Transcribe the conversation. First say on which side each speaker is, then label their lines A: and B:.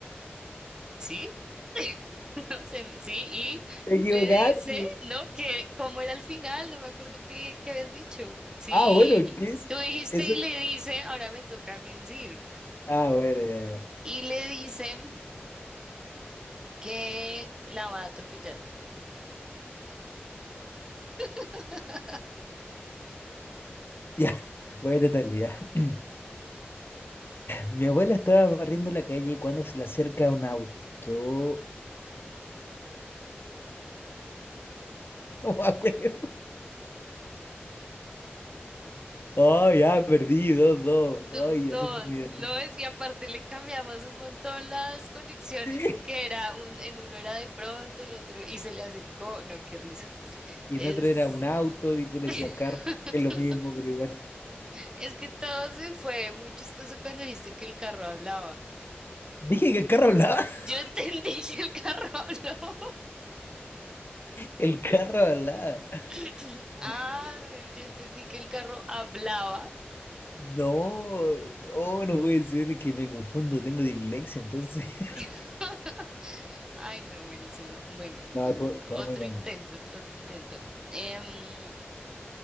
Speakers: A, on the right (about 20°); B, on the left (about 65°).
A: ¿sí? <laughs> No sé, me- sí, y
B: Te equivocaste.
A: le dice, ¿no? Que como era el final, no me acuerdo qué, qué habías dicho. Sí,
B: Ah, bueno, ¿qué es?
A: tú dijiste
B: Eso.
A: y le dice, ahora me toca a mí decir.
B: Ah, bueno, ya, ya.
A: Y le dice que la va a atropellar. <laughs>
B: Ya, <laughs> voy a intentarlo, ya. <clears throat> Mi abuela estaba barriendo la calle cuando se le acerca un auto. <laughs> No me acuerdo. Oh, ya, perdí, dos, dos.
A: Dos,
B: Ay,
A: dos.
B: acepto mi error.
A: No, es que aparte le cambiamos un montón las conexiones
B: Sí.
A: porque era un, en uno era de pronto, el otro y se le acercó. No, qué risa.
B: Y
A: Es,
B: en otro era un auto y tú le decías carro,
A: <laughs>
B: que es lo mismo, pero igual.
A: es que todo se fue muy chistoso cuando dijiste que el carro hablaba.
B: Dije que el carro hablaba. <laughs>
A: Yo <laughs> entendí que el carro habló.
B: El carro hablaba.
A: <clears throat>
B: Oh
A: Ah,
B: my God.
A: bueno, yo entendí que el carro hablaba.
B: No, oh, no puede ser que me confundo, tengo dislexia, entonces. <laughs>
A: <laughs> Ay, no, buenísimo. Bueno, entonces
B: No, todo, todo
A: otro
B: muy bueno.
A: intento, otro intento. Em,